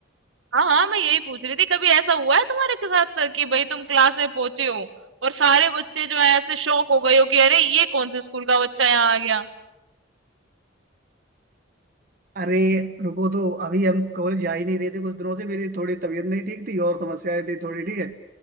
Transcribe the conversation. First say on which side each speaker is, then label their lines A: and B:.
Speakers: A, on the right; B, on the right.
A: हाँ हाँ मैं यही पूछ रही थी कभी ऐसा हुआ है तुम्हारे के साथ सर कि भाई तुम क्लास में पहुंचे हो और सारे बच्चे जो है ऐसे शौक हो गए हो कि अरे ये कौन से स्कूल का बच्चा यहाँ आ गया
B: अरे रुको तो अभी हम कॉलेज जा ही नहीं रहे थे कुछ दिनों से मेरी थोड़ी तबीयत नहीं ठीक थी और समस्याएं थी थोड़ी ठीक है